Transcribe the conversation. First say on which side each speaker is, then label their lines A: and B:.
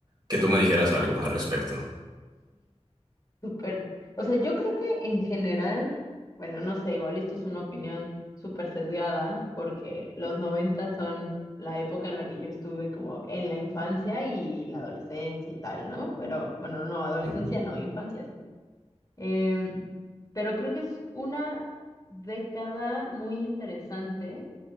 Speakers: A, on the right; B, on the left.
A: que tú me dijeras algo al respecto.
B: Súper. O sea, yo creo que en general, bueno, no sé, igual esto es una opinión súper sesgada, porque los 90 son la época en la que yo estuve como en la infancia y la adolescencia y tal, ¿no? Pero bueno, no, no, adolescencia
A: Ujú.
B: no, infancia sí. Em, pero creo que es una década muy interesante